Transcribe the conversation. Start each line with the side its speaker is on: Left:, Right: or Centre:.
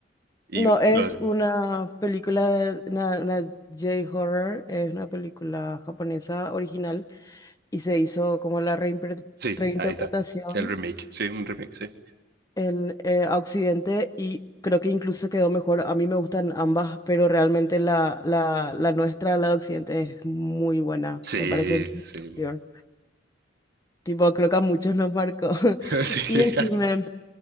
Right: Y
Left: No, es
Right: lo,
Left: una película, de- una, una J-horror, es una película japonesa original y se hizo como la reimpre-
Right: sí,
Left: reinterpretación
Right: ahí está. El remake, sí, un remake, sí.
Left: en, eh, a Occidente y creo que incluso quedó mejor. A mí me gustan ambas, pero realmente la, la, la nuestra, la de Occidente, es muy buena,
Right: Sí,
Left: me parece muy
Right: sí,
Left: superior. Tipo, creo que a muchos nos marcó. <laughs>
Right: <laughs> sí,
Left: Y decime,